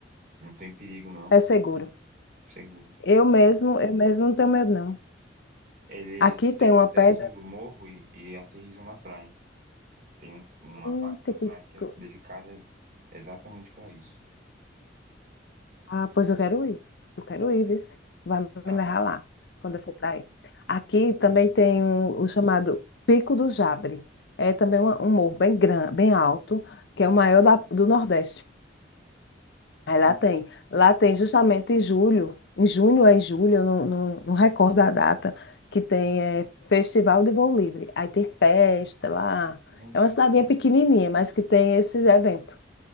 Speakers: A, on the right; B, on the left.
A: não tem perigo, não.
B: é seguro.
A: Seguro.
B: Eu mesmo, eu mesmo não tenho medo, não.
A: Eles,
B: Aqui
A: eles
B: tem uma
A: descem
B: pedra.
A: do morro e, e aterrissam na praia. Tem um- uma
B: Eita,
A: parte da praia
B: que...
A: que
B: co-
A: é dedicada exatamente para isso.
B: Ah, pois eu quero ir. Eu quero ir, vice. Vai
A: Ah,
B: me levar lá, quando eu for para aí. Aqui também
A: vamos sim.
B: tem um- o chamado Pico do Jabre. É também uma- um morro bem grande, bem alto, que é o maior da- do Nordeste. Aí
A: Olha,
B: lá tem. Lá tem justamente em julho, em junho ou em julho, eu não, não, não recordo a data, que tem é, Festival de Voo Livre. Aí tem festa lá.
A: nossa,
B: É uma
A: que
B: cidadinha
A: legal.
B: pequenininha, mas que tem esse evento.